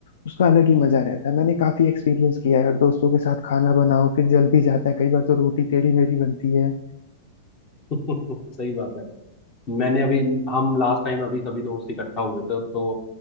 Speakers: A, on the left (about 80°); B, on the left (about 40°).
A: उसका अलग ही मजा रहता है मैंने काफी एक्सपीरियंस किया है यार दोस्तों के साथ खाना बनाओ फिर जल भी जाता है कई बार तो रोटी टेढ़ी मेढ़ी बनती है
B: <laughs> सही बात है मैंने अभी हम लास्ट टाइम अभी सभी दोस्त इकट्ठा हुए थे तो